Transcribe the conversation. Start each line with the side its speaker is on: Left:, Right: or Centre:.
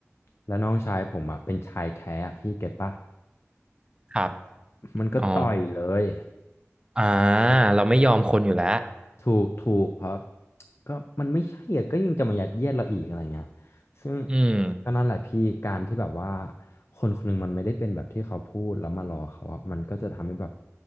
Left: แล้วน้องชายผมอ่ะเป็นชายแท้อะพี่เก็ตปะ
Right: ครับ
Left: มันก็ต่อยเลย
Right: อ๋ออ่าเราไม่ยอมคนอยู่แล้ว
Left: ถูกถูกเพราะก็มันไม่ใช่อะก็ยังจะมายัดเยียดเราอีกอะไรเงี้ยซึ่ง
Right: อืม
Left: ก็นั่นแหละพี่การที่แบบว่าคนคนหนึงมันไม่ได้เป็นแบบที่เขาพูดแล้วมารอเขาอะมันก็จะทำให้แบบ